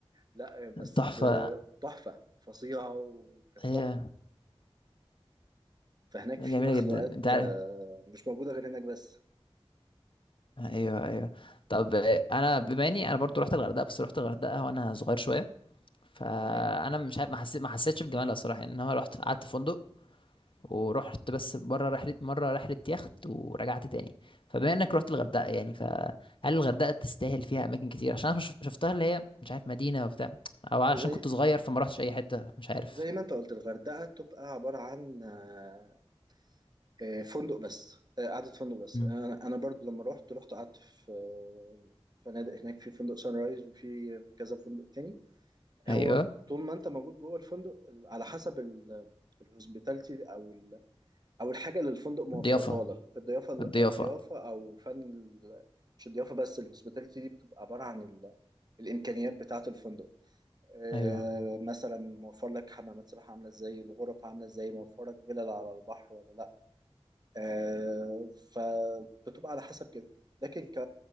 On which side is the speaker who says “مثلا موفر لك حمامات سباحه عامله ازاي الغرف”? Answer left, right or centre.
Right